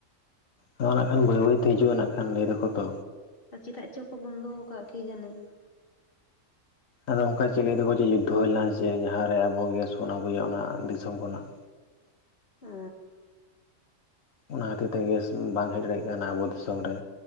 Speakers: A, on the left; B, on the left.
A: ᱟᱫᱚ ᱱᱟᱜ ᱠᱷᱟᱱ ᱵᱟᱹᱭ ᱵᱟᱹᱭᱛᱮ ᱦᱤᱡᱩᱜᱼᱟ ᱱᱟᱜ ᱠᱷᱟᱱ ᱞᱟᱹᱭ ᱫᱟᱠᱚ ᱛᱚ
B: ᱟᱨ ᱪᱮᱫᱟᱜ ᱪᱚ ᱠᱚ ᱵᱚᱱᱫᱚ ᱟᱠᱟᱫ ᱠᱤᱡᱟᱹᱱᱤ
A: ᱟᱫᱚ ᱚᱱᱠᱟ ᱪᱮᱫ ᱞᱟᱹᱭ ᱫᱟᱠᱚ ᱡᱮ ᱡᱩᱫᱽᱫᱚ ᱦᱩᱭ ᱞᱮᱱᱟ ᱡᱮ ᱡᱟᱦᱟᱸᱨᱮ ᱟᱵᱚ ᱜᱮᱥ ᱵᱚᱱ ᱟᱹᱜᱩᱭᱟ ᱚᱱᱟ ᱫᱤᱥᱚᱢ ᱠᱷᱚᱱᱟᱜ
B: ᱚ
A: ᱚᱱᱟ ᱠᱷᱟᱹᱛᱤᱨ ᱛᱮ ᱜᱮᱥ ᱵᱟᱝ ᱦᱮᱡ ᱫᱟᱲᱮᱭᱟᱜ ᱠᱟᱱᱟ ᱟᱵᱚ ᱫᱤᱥᱚᱢ ᱨᱮ